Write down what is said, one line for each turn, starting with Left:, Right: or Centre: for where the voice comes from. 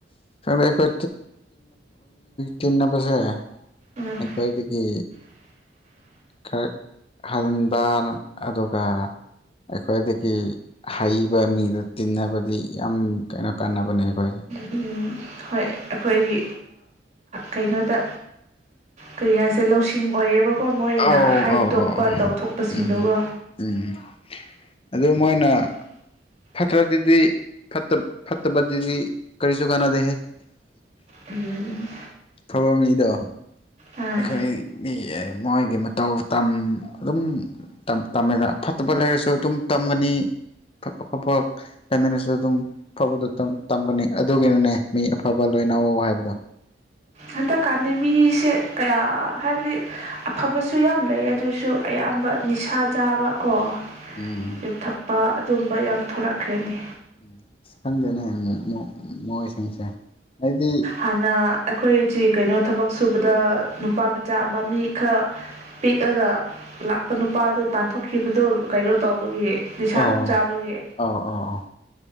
Left: ꯑꯩꯈꯣꯏ ꯕ ꯇꯤꯟꯅꯕꯁꯦ
Right: ꯎꯝ
Left: ꯑꯩꯈꯣꯏꯗꯒꯤ
Right: <inaudible>
Left: ꯈ ꯍꯟꯕ ꯑꯗꯨꯒ ꯑꯩꯈꯣꯏꯗꯒꯤ ꯍꯩꯕ ꯃꯤꯗꯨꯣ ꯇꯤꯟꯅꯕꯗꯤ ꯌꯥꯝ ꯀꯩꯅꯣ ꯀꯥꯟꯅꯕꯅꯦ ꯑꯩꯈꯣꯏ
Right: ꯎꯝ ꯍꯣꯏ ꯑꯩꯈꯣꯏꯒꯤ ꯀꯩꯅꯣꯗ ꯀꯔꯤ ꯍꯥꯏꯁꯦ ꯂꯧꯁꯤꯡ ꯑꯣꯏꯌꯦꯕ ꯃꯣꯏ ꯃꯣꯢꯅ
Left: ꯑꯧ
Right: ꯍꯥꯏꯗꯣꯛꯄ
Left: ꯑꯧ ꯑꯧ ꯑꯧ
Right: ꯇꯧꯊꯣꯛꯄꯁꯤꯡꯗꯨꯒ
Left: ꯎꯝ ꯎꯝ ꯑꯗꯨ ꯃꯣꯏꯅ
Right: <inaudible>
Left: ꯐꯠꯇ꯭ꯔ ꯑꯗꯨꯗꯤ ꯐꯠꯇ ꯐꯠꯇꯕ ꯑꯗꯨꯗꯤ ꯀꯔꯤꯁꯨ ꯀꯥꯟꯅꯗꯦꯍꯦ
Right: ꯎꯝ ꯎꯝ
Left: ꯑꯕ ꯃꯤꯗꯣ
Right: ꯑꯥ
Left: ꯑꯩꯈꯣꯏ ꯃꯤ ꯃꯣꯏꯒꯤ ꯃꯇꯧ ꯑꯗꯨꯝꯃꯦ ꯐꯠꯇꯕ ꯂꯩꯔꯁꯨ ꯑꯗꯨꯝ ꯇꯝꯒꯅꯤ ꯑꯐꯕ ꯂꯩꯥꯏꯃꯤꯟꯅꯁꯨ ꯑꯗꯨꯝ ꯑꯐꯕꯗ ꯇꯝꯒꯅꯤ ꯑꯗꯨꯒꯤꯅꯅꯦ ꯃꯤ ꯑꯐꯕ ꯀꯩꯅꯧ ꯍꯥꯏꯕꯗꯣ
Right: ꯍꯟꯗꯛꯀꯥꯟꯗꯤ ꯃꯤꯁꯦ ꯀꯌꯥ ꯍꯥꯏꯕꯗꯤ ꯑꯐꯕꯁꯨ ꯌꯥꯝ ꯂꯩ ꯑꯗꯨꯁꯨ ꯑꯌꯥꯝꯕ ꯅꯤꯁꯥ ꯆꯥꯕ ꯀꯣ
Left: ꯎꯝ
Right: ꯌꯨꯊꯛꯄ ꯑꯗꯨꯝꯕ ꯌꯥꯝ ꯊꯣꯔꯛꯈ꯭ꯔꯦꯅꯤ
Left: ꯎꯝ ꯑꯁ ꯈꯪꯗꯅꯦ ꯃꯣꯏꯁꯤꯡꯁꯦ ꯍꯥꯏꯗꯤ
Right: ꯍꯥꯟꯅ ꯑꯩꯈꯣꯏꯁꯤ ꯀꯩꯅꯣ ꯊꯕꯛ ꯁꯨꯕꯗ ꯅꯨꯄꯥ ꯃꯆꯥ ꯑꯃ ꯃꯤ ꯈꯔ ꯄꯤꯛꯑꯒ ꯂꯥꯛꯄ ꯅꯨꯄꯥꯗꯣ ꯇꯥꯟꯊꯣꯛꯈꯤꯕꯗꯣ ꯀꯩꯅꯣ ꯇꯧꯕꯒꯤ ꯅꯤꯁꯥ
Left: ꯑꯣ
Right: ꯑꯗꯨꯝ ꯆꯥꯕꯒꯤ
Left: ꯑꯣ ꯑꯣ ꯑꯣ